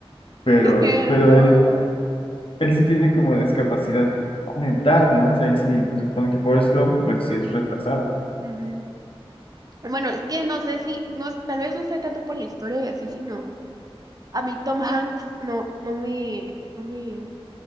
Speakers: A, on the left; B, on the right.
A: Pero,
B: No.
A: pero él, él sí tiene como discapacidad mental, ¿no? O sea, él sí se supone que Forrest Gump, pues sí es retrasado.
B: Ujú. Bueno, es que no sé si, no, tal vez no sea tanto por la historia y así, sino A mí Tom Hanks no, no me, no me,